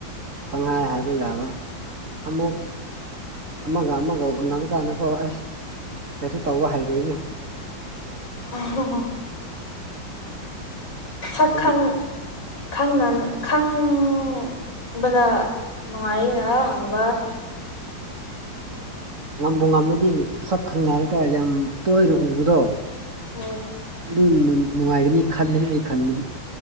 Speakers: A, on the right; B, on the left.
A: ꯄꯪꯍꯥꯏ ꯍꯥꯏꯕ ꯌꯥꯕ ꯑꯃꯨꯛ ꯑꯃꯒ ꯑꯃꯒ ꯎꯟꯅꯕ ꯀꯥꯟꯗꯀꯣ ꯑꯩꯁ ꯀꯩꯁꯨ ꯇꯧꯕ ꯍꯩꯔꯣꯏꯅꯦ
B: <unintelligible> ꯁꯛ
A: ꯑꯗꯨꯝ
B: ꯈꯪ ꯈꯪꯅꯅ ꯈꯪꯕꯅ ꯅꯨꯡꯉꯥꯏ ꯏꯔ ꯍꯪꯕ
A: ꯉꯝꯕꯨ ꯉꯥꯝꯔꯗꯤ ꯁꯛ ꯈꯪꯅꯔꯒ ꯌꯥꯝ ꯇꯣꯏꯅ ꯎꯕꯗꯣ
B: ꯍꯣꯏ
A: ꯑꯗꯨꯅꯨ ꯅꯨꯡꯉꯥꯏꯒꯅꯤ ꯈꯜꯂꯦ ꯑꯩ ꯈꯟꯕꯗꯤ꯫